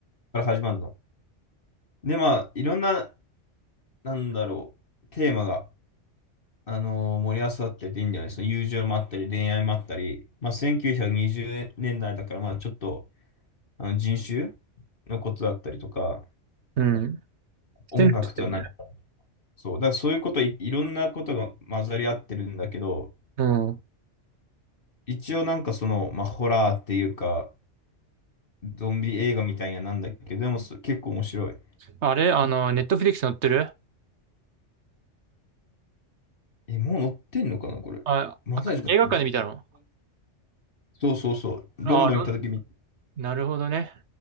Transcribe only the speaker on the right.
ー、うん。してるしてる
うん。
あれあの、ネットフリックス載ってる
あ、
映画館で見たの
ああ、ななるほどね。